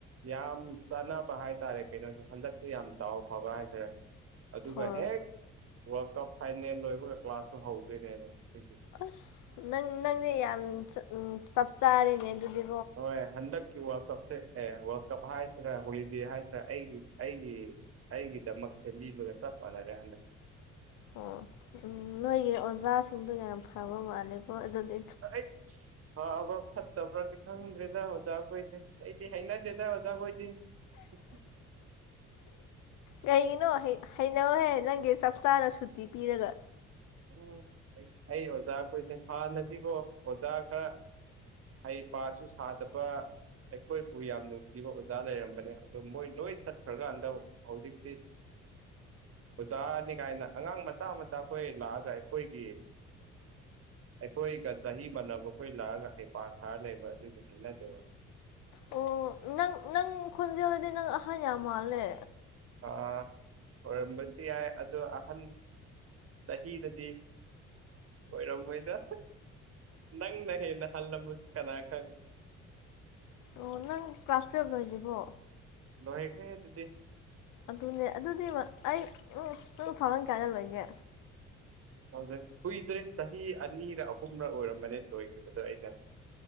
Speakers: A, on the right; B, on the left.
A: ꯌꯥꯝ ꯆꯥꯟꯅꯕ ꯍꯥꯏꯇꯥꯔꯦ ꯀꯩꯅꯣꯁꯦ ꯍꯟꯗꯛꯁꯦ ꯌꯥꯝ ꯗꯥꯎ ꯐꯕ ꯍꯥꯏꯁꯤꯔꯥ ꯑꯗꯨꯒ
B: ꯍꯣꯏ
A: ꯍꯦꯛ ꯋꯥꯔ꯭ꯜ ꯀꯞ ꯐꯥꯏꯅꯦꯜ ꯂꯣꯏꯕꯒ ꯀ꯭ꯂꯥꯁꯁꯨ ꯍꯧꯗꯣꯏꯅꯦꯕ ꯑꯗꯨꯒꯤ
B: ꯑꯁ ꯅꯪ ꯅꯪ ꯗꯤ ꯌꯥꯝ ꯆ ꯆꯞ ꯆꯥꯔꯦꯅꯦ ꯑꯗꯨꯗꯤ
A: ꯍꯣꯏ ꯍꯟꯗꯛꯀꯤ ꯋꯥꯔ꯭ꯜ ꯀꯞꯁꯦ ꯑꯦ ꯋꯥꯔ꯭ꯜ ꯀꯞ ꯍꯥꯏꯁꯤꯔꯥ ꯍꯣꯂꯤꯗꯦ ꯍꯥꯏꯁꯤꯔꯥ ꯑꯩꯒꯤ ꯑꯩꯒꯤ ꯑꯩꯒꯤꯗꯃꯛ ꯁꯦꯝꯕꯤꯕꯒ ꯆꯝ ꯃꯥꯟꯅꯔꯦ ꯍꯦ
B: ꯑꯥ ꯎꯝ ꯅꯣꯏꯒꯤ ꯑꯣꯖꯥꯁꯤꯡꯗꯨ ꯌꯥꯝ ꯐꯕ ꯃꯥꯜꯂꯦꯀꯣ ꯑꯗꯨꯗꯤ
A: ꯑꯩꯁ ꯐꯕ ꯐꯠꯇꯕ꯭ꯔꯗꯤ ꯈꯪꯗ꯭ꯔꯦꯗ ꯑꯣꯖꯥꯈꯣꯏꯁꯦ ꯑꯩꯗꯤ ꯍꯥꯏꯅꯗꯦꯗ ꯑꯣꯖꯥꯈꯣꯏꯗꯤ <inaudible>
B: ꯀꯩꯒꯤꯅꯣ ꯍꯩꯅꯧꯍꯦ ꯅꯪꯒꯤ ꯆꯞ ꯆꯥꯅ ꯁꯨꯇꯤ ꯄꯤꯔꯒ
A: ꯎꯝ ꯑꯩ ꯑꯣꯖꯥꯈꯣꯏꯁꯦ ꯍꯥꯟꯅꯗꯤꯀꯣ ꯑꯣꯖꯥ ꯈꯔ ꯍꯩ ꯄꯥꯁꯨ ꯁꯥꯗꯕ ꯑꯩꯈꯣꯏꯕꯨ ꯌꯥꯝ ꯅꯨꯡꯁꯤꯕ ꯑꯣꯖꯥ ꯂꯩꯔꯝꯕꯅꯦ ꯑꯗꯣ ꯃꯣꯏ ꯂꯣꯏ ꯆꯠꯈ꯭ꯔꯀꯥꯟꯗ ꯍꯧꯖꯤꯛꯇꯤ ꯑꯣꯖꯥꯅꯤ ꯀꯥꯏꯅ ꯑꯉꯥꯡ ꯃꯆꯥ ꯃꯆꯥ ꯈꯣꯏ ꯂꯥꯛꯑꯒ ꯑꯩꯈꯣꯏꯒꯤ ꯑꯩꯈꯣꯏꯒ ꯆꯍꯤ ꯃꯥꯟꯅꯕ ꯈꯣꯏ ꯂꯥꯛꯑꯒ ꯍꯩꯄꯥ ꯁꯥꯔ ꯂꯩꯕ ꯑꯗꯨꯒꯤ ꯍꯩꯅꯗꯦꯕ
B: ꯑꯣ ꯅꯪ ꯅꯪ ꯈꯣꯟꯖꯦꯜꯗꯗꯤ ꯅꯪ ꯑꯍꯟ ꯌꯥꯝ ꯃꯥꯜꯂꯦ
A: ꯑ ꯑꯣꯏꯔꯝꯕꯁꯨ ꯌꯥꯏ ꯑꯗꯣ ꯑꯍꯟ ꯆꯍꯤꯗꯗꯤ ꯑꯣꯏꯔꯝꯃꯣꯏꯗ ꯅꯪꯅ ꯍꯦꯟꯅ ꯍꯜꯂꯝꯕꯁꯨ ꯀꯅꯥ ꯈꯪꯅꯤ
B: ꯑꯣ ꯅꯪ ꯀ꯭ꯂꯥꯁ ꯇ꯭ꯋꯦꯜꯕ ꯂꯣꯏꯗ꯭ꯔꯤꯕꯣ
A: ꯂꯣꯏꯈ꯭ꯔꯦ ꯑꯗꯨꯗꯤ
B: ꯑꯗꯨꯅꯦ ꯑꯗꯨꯗꯤ ꯑꯩ ꯎꯝ ꯅꯪ ꯇꯨꯊꯥꯎꯖꯟ ꯀꯌꯥꯗ ꯂꯣꯏꯒꯦ
A: ꯊꯥꯎꯖꯟ ꯀꯨꯏꯗ꯭ꯔꯤ ꯆꯍꯤ ꯑꯅꯤꯔꯥ ꯑꯍꯨꯝꯔꯥ ꯑꯣꯏꯔꯝꯕꯅꯦ ꯂꯣꯏꯈꯤꯕꯗꯣ ꯑꯩꯅ